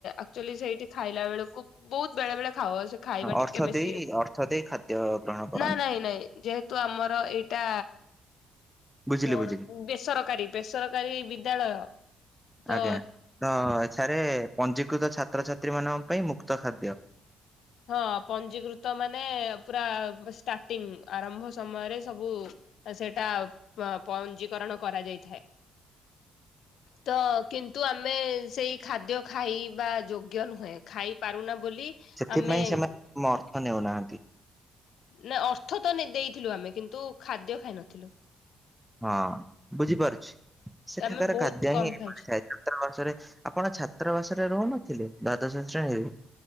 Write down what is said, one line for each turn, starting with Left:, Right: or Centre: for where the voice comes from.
Left: ଏକ୍ଟୁଆଲି ସେଇଟି ଖାଇଲା ବେଳକୁ ବହୁତ ବେଳେ ବେଳେ ଖାଉ ଆଉ ସେ ଖାଇବା ଟିକିଏ
Centre: ଅର୍ଥ
Left: ବେଶୀ
Centre: ଦେଇ ଅର୍ଥ ଦେଇ ଖାଦ୍ୟ ଗ୍ରହଣ କରନ୍ତି
Left: ନା ନାଇଁ ନାଇଁ। ଯେହେତୁ ଆମର ଏଇଟା
Centre: ବୁଝିଲି
Left: କଣ
Centre: ବୁଝିଲି
Left: ବେସରକାରୀ। ବେସରକାରୀ ବିଦ୍ୟାଳୟ
Centre: ଆଜ୍ଞା
Left: ତ
Centre: ତ ଏଠାରେ ପଞ୍ଜୀକୃତ ଛାତ୍ରଛାତ୍ରୀ ମାନଙ୍କ ପାଇଁ ମୁକ୍ତ ଖାଦ୍ୟ।
Left: ହଁ ପଞ୍ଜୀିକୃତ ମାନେ ପୁରା ଷ୍ଟାର୍ଟିଂ ଆରମ୍ଭ ସମୟରେ ସବୁ। ସେଟା ପ୍-ପଞ୍ଜୀିକରଣ କରାଯାଇଥାଏ।
Centre: ହ <unintelligible>
Left: ତ କିନ୍ତୁ ଆମ୍ ଆମେ ସେଇ ଖାଦ୍ୟ ଖାଇବା ଯୋଗ୍ୟ ନୁହେଁ ଖାଇ ପାରୁନା ବୋଲି।
Centre: ସେଥିପାଇଁ
Left: ଆମେ
Centre: ସେମାନେ ମ ଅର୍ଥ ନେଉନାହାନ୍ତି।
Left: ନା ଅର୍ଥ ତ ନେ-ଦେଇଥିଲୁ ଆମେ କିନ୍ତୁ ଖାଦ୍ୟ ଖାଇ ନଥିଲୁ।
Centre: ହଁ ବୁଝିପାରୁଛି ସେଠାକାର
Left: ଆମେ ବହୁତ
Centre: ଖାଦ୍ୟ
Left: କମ
Centre: ହିଁ ଏହି
Left: ଖାଇଛୁ
Centre: ଭଳି ଥାଏ ତ। ଛାତ୍ରାବାସରେ ଆପଣ ଛାତ୍ରବାସରେ ରହୁନଥିଲେ ଦ୍ୱାଦଶ ଶ୍ରେଣୀରେ।